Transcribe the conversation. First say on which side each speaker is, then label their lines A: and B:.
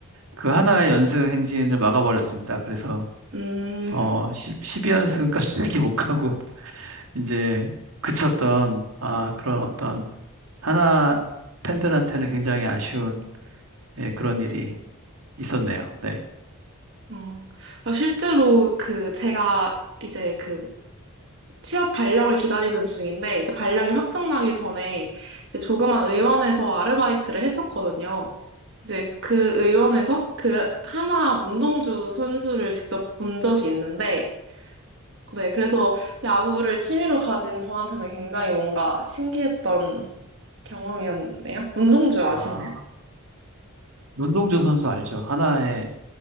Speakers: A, on the right (about 75°); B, on the right (about 55°).
A: 그 하나의 연승 행진을 막아버렸습니다. 그래서
B: 음,
A: 어 10, 2연승까지 <laughs> 이렇게 못 가고 이제 그쳤던 아 그런 어떤 하나 팬들한테는 굉장히 아쉬운 예, 그런 일이 있었네요. 네.
B: 어, 어, 실제로 그 제가 이제 그 취업 발령을 기다리는 중인데 이제 발령이 확정나기 전에 이제 조그만 의원에서 아르바이트를 했었거든요. 이제 그 의원에서 그 한화 문동주 선수를 직접 본 적이 있는데 네, 그래서 야구를 취미로 가진 저한테는 굉장히 뭔가 신기했던 경험이었네요. 문동주
A: 아,
B: 아시나요?
A: 문동주 선수 알죠? 하나에